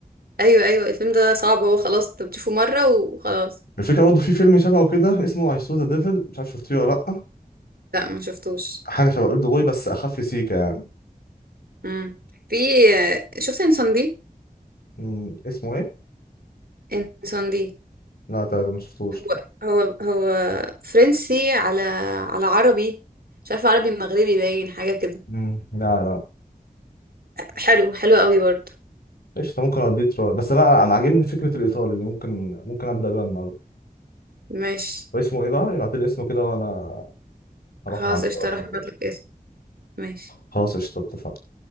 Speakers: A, on the right (about 80°); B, on the left (about 85°).
A: ايوه ايوه الفيلم ده صعب هو خلاص انت بتشوفه مرة وخلاص
B: الفكره برضه في فيلم شبهه كده اسمه اي سو ذا ديفل مش عارف شفتيه ولا لا
A: لا ما شفتوش
B: حاجه شبه اولد بوي بس اخف سيكه يعني
A: مم. في شفت انسان دي
B: مم، اسمه ايه
A: انسان دي
B: لا تقريبا ما شفتوش
A: هو هو هو فرنسي على على عربي مش عارفة عربي مغربي باين حاجة كده
B: مم، لا لا
A: حلو حلو قوي برضه
B: ايش ممكن اوديه تراي بس لا انا عاجبني فكره الايطالي دي ممكن ممكن ابدا بيها النهارده
A: ماشي
B: واسمه ايه بقى يبعت لي اسمه كده وانا اروح
A: خلاص
B: اعمله
A: قشطة
B: واشوفه
A: هبعتلك ماشي
B: خلاص قشطه اتفقنا.